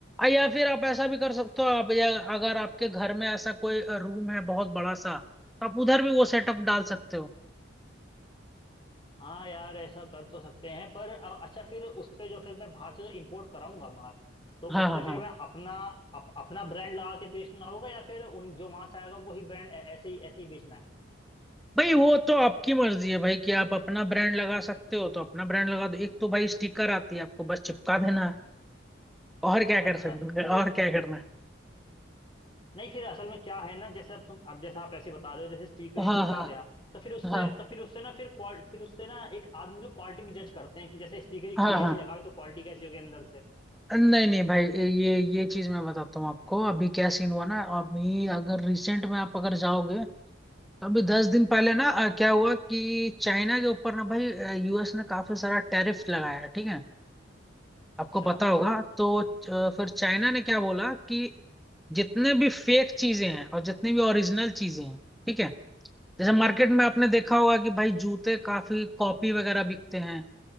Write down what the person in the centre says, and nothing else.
या फिर आप ऐसा
भी कर सकते हो आप या अगर आपके घर में ऐसा कोई रूम है बहुत बड़ा सा तो आप उधर भी वो सेटअप
डाल सकते हो
हाँ
हाँ
हाँ
भाई वो तो आपकी मर्जी है भाई कि आप अपना ब्रांड लगा सकते हो तो अपना ब्रांड लगा दो एक तो भाई स्टिकर आती है आपको बस चिपका देना है और क्या कर
सकते
हो
और क्या करना
है
हाँ
हाँ
हाँ
हाँ
हाँ
नहीं नहीं भाई ये ये चीज मैं बताता हूँ आपको अभी क्या सीन हुआ ना अभी अगर रिसेंट में
आप अगर जाओगे तो अभी दस दिन पहले
ना अ, क्या हुआ कि चाइना के ऊपर ना भाई यूएस ने काफी सारा टैरिफ लगाया है ठीक है आपको
पता होगा तो अ, फिर चाइना
ने क्या बोला कि जितने भी फेक चीजें हैं और जितनी भी ओरिजिनल चीजें हैं
ठीक है जैसे
मार्केट में
आपने देखा होगा कि भाई जूते काफी कॉपी वगैरह बिकते हैं